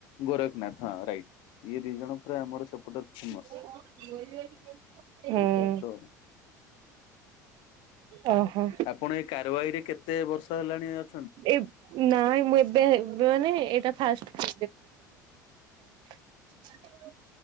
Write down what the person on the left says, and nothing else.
ଗୋରଖ ନାଥ। ହଁ ରାଇଟ ଇଏ ଦି ଜଣ ପୁରା ଆମର ସେପଟ ଫେମଶ୍
ଏଇତ ଏତ
ଆପଣ ଏଇ କାରବାଇରେ କେତ ଏତେ ବର୍ଷା ହେଲାଣି ଅ